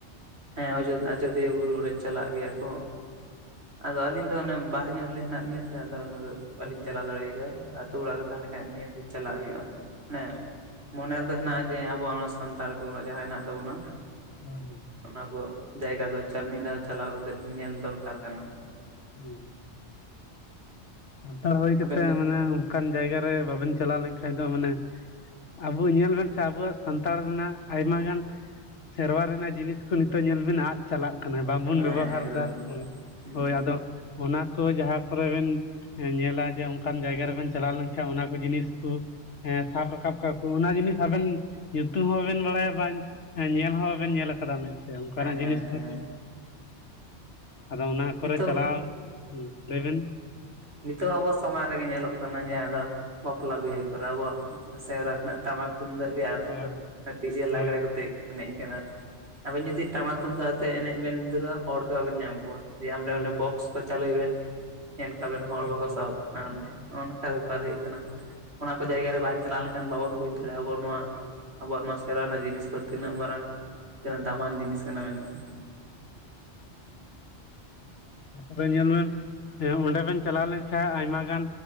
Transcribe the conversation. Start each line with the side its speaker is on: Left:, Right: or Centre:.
Right: ᱦᱮᱸ ᱟᱡᱳᱚᱫᱤᱭᱟᱹ ᱵᱩᱨᱩ ᱨᱮ ᱪᱟᱞᱟᱜ ᱜᱮᱭᱟ ᱠᱚ ᱟᱫᱚ ᱟᱹᱞᱤᱧ ᱫᱚ ᱚᱱᱮ ᱵᱟᱨᱦᱮ ᱧᱚᱜ ᱦᱮᱱᱟᱜ ᱞᱤᱧᱟᱹ ᱛᱟᱦᱮᱸ ᱟᱫᱚ ᱚᱱᱟᱫᱚ ᱵᱟᱞᱤᱧ
Left: ᱟᱪᱪᱷᱟ
Right: ᱪᱟᱞᱟᱣ ᱫᱟᱲᱮᱭᱟᱜ ᱜᱮᱭᱟ ᱟᱹᱛᱩ ᱚᱲᱟᱜ
Left: ᱟᱪᱪᱷᱟ
Right: ᱨᱮ ᱛᱟᱦᱮᱸ ᱞᱮᱱᱠᱷᱟᱱ ᱱᱤᱭᱟᱹ ᱪᱟᱞᱟᱜ ᱦᱩᱭᱩᱜᱼᱟ ᱢᱟᱱᱮ ᱢᱚᱱᱮ ᱨᱮᱫᱚ ᱦᱮᱱᱟᱜᱼᱟ ᱡᱮ ᱟᱵᱚᱣᱟᱜ ᱱᱚᱣᱟ ᱥᱟᱱᱛᱟᱲ ᱠᱚᱣᱟᱜ ᱡᱟᱦᱟᱸ ᱦᱮᱱᱟᱜ ᱛᱟᱵᱚᱱᱟ
Left: ᱦᱳᱭ ᱦᱩ
Right: ᱚᱱᱟ ᱠᱚ ᱡᱟᱭᱜᱟ ᱫᱚ ᱢᱤᱫ ᱫᱷᱟᱣ ᱪᱟᱞᱟᱣ ᱠᱟᱛᱮᱜ ᱧᱮᱞ ᱫᱚᱨᱠᱟᱨ ᱠᱟᱱᱟ
Left: ᱦᱩᱸ ᱥᱟᱱᱛᱟᱲ ᱦᱩᱭ ᱠᱟᱛᱮ
Right: ᱟᱵᱮᱱ ᱵᱮᱱ
Left: ᱢᱟᱱᱮ ᱚᱱᱠᱟᱱ ᱡᱟᱭᱜᱟ ᱨᱮ ᱵᱟᱵᱮᱱ ᱪᱟᱞᱟᱣ ᱞᱮᱱᱠᱷᱟᱱ ᱫᱚ ᱢᱟᱱᱮ ᱟᱵᱚ ᱧᱮᱞ ᱵᱮᱱ ᱥᱮ ᱟᱵᱚᱣᱟᱜ ᱥᱟᱱᱛᱟᱲ ᱨᱮᱱᱟᱜ ᱟᱭᱢᱟ ᱜᱟᱱ ᱥᱮᱨᱣᱟ ᱨᱮᱱᱟᱜ ᱡᱤᱱᱤᱥ ᱠᱚ ᱱᱤᱛᱚᱜ ᱧᱮᱞ ᱵᱮᱱ ᱟᱫ ᱪᱟᱞᱟᱜ ᱠᱟᱱᱟ ᱵᱟᱝᱵᱚᱱ
Right: ᱦᱮᱸ
Left: ᱵᱮᱵᱚᱦᱟᱨ
Right: ᱮᱠᱫᱚᱢ
Left: ᱮᱫᱟ
Right: ᱮᱠᱫᱚᱢ ᱦᱩᱸ
Left: ᱦᱳᱭ ᱟᱫᱚ ᱚᱱᱟ ᱠᱚ ᱡᱟᱦᱟᱸ ᱠᱚᱨᱮ ᱵᱮᱱ ᱧᱮᱞᱟ ᱡᱮ ᱚᱱᱠᱟᱱ ᱡᱟᱭᱜᱟ ᱨᱮᱵᱮᱱ ᱪᱟᱞᱟᱣ ᱞᱮᱱ ᱠᱷᱟᱱ ᱚᱱᱟ ᱠᱚ ᱡᱤᱱᱤᱥ ᱠᱚᱸ ᱥᱟᱵ ᱨᱟᱠᱟᱵ ᱠᱟᱜᱼᱟ ᱠᱚ ᱚᱱᱟ ᱡᱤᱱᱤᱥ ᱟᱵᱮᱱ ᱧᱩᱛᱩᱢ ᱦᱚᱸ ᱵᱟᱵᱮᱱ ᱵᱟᱲᱟᱭᱟ ᱵᱟᱝ ᱧᱮᱞ ᱦᱚᱸ ᱵᱟᱵᱮᱱ ᱧᱮᱞ ᱟᱠᱟᱫᱟ ᱢᱤᱫ ᱚᱱᱠᱟᱱᱟᱜ
Right: ᱦᱮᱸ ᱦᱮᱸ
Left: ᱡᱤᱱᱤᱥ ᱢᱟᱛᱚ
Right: ᱦᱮᱸ
Left: ᱟᱫᱚ ᱚᱱᱟ ᱠᱚᱨᱮ
Right: ᱱᱤᱛᱚᱜ
Left: ᱪᱟᱞᱟᱣ ᱦᱩᱸ ᱞᱟᱹᱭᱵᱤᱱ
Right: ᱱᱤᱛᱚᱜ ᱟᱵᱚ ᱥᱚᱢᱟᱡᱽ ᱨᱮᱜᱮ ᱧᱮᱞᱚᱜ ᱠᱟᱱᱟ ᱡᱟᱦᱟᱸ ᱫᱚ ᱵᱟᱯᱞᱟ ᱵᱤᱦᱟᱹ ᱠᱚᱨᱮ ᱟᱵᱚᱣᱟᱜ ᱥᱮᱣᱨᱟ ᱠᱷᱚᱱᱟᱜ ᱴᱟᱢᱟᱠ ᱛᱩᱢᱫᱟᱹᱜ ᱜᱮ ᱟᱫᱚᱜ
Left: ᱦᱳᱭ
Right: ᱠᱟᱱᱟ
Left: ᱦᱳᱭ
Right: ᱰᱤᱡᱮ
Left: ᱦᱳᱭ
Right: ᱞᱟᱜᱽᱲᱮ ᱠᱟᱛᱮ ᱮᱱᱮᱡ ᱠᱟᱱᱟ ᱟᱵᱮᱱ ᱡᱩᱫᱤ ᱴᱟᱢᱟᱠ ᱛᱩᱢ ᱫᱟᱜ ᱟᱛᱮ ᱮᱱᱮᱡ ᱵᱮᱱ ᱫᱷᱩᱨᱟᱹᱜᱼᱟ ᱦᱚᱲ ᱠᱚ ᱵᱟᱵᱮᱱ ᱧᱟᱢ ᱠᱚᱣᱟ ᱫᱤᱭᱮ
Left: ᱦᱳᱭ
Right: ᱚᱸᱰᱮ
Left: ᱦᱳᱭ ᱦᱳᱭ ᱦᱳᱭ ᱦᱳᱭ
Right: ᱵᱚᱠᱥ ᱠᱚ ᱪᱟᱹᱞᱩᱭ ᱵᱮᱱ ᱟᱵᱮᱱ ᱦᱚᱲ ᱵᱟᱠᱚ
Left: ᱦᱳᱭ
Right: ᱥᱟᱦᱚᱵ ᱠᱟᱱᱟ ᱚᱸᱰᱮ ᱱᱚᱜ ᱱᱚᱝᱠᱟ ᱵᱮᱯᱟᱨ
Left: ᱦᱳᱭ
Right: ᱦᱩᱭᱩᱜ ᱠᱟᱱᱟ ᱚᱱᱟ ᱠᱚ ᱡᱟᱭᱜᱟ
Left: ᱦᱳᱭ
Right: ᱨᱮ ᱵᱟᱝ ᱪᱟᱞᱟᱣ ᱞᱮᱱᱠᱷᱟᱱ ᱵᱟᱵᱚ ᱵᱩᱡᱽ ᱫᱟᱲᱭᱟᱜᱼᱟ ᱵᱚᱱ ᱱᱚᱣᱟ
Left: ᱦᱳᱭ
Right: ᱟᱵᱚᱣᱟᱜ ᱱᱚᱣᱟ ᱥᱮᱨᱣᱟ ᱨᱮᱱᱟᱜ ᱡᱤᱱᱤᱥ ᱠᱚ ᱛᱤᱱᱟᱹᱜ ᱢᱟᱨᱟᱝ ᱫᱟᱢᱟᱱ ᱡᱤᱱᱤᱥ ᱠᱟᱱᱟ ᱢᱮᱱᱛᱮ
Left: ᱛᱟᱯᱚᱨᱮ ᱧᱮᱞᱵᱮᱱ ᱚᱸᱰᱮ ᱵᱮᱱ ᱪᱟᱞᱟᱣ ᱞᱮᱱᱠᱷᱟᱱ ᱟᱭᱢᱟ ᱜᱟᱱ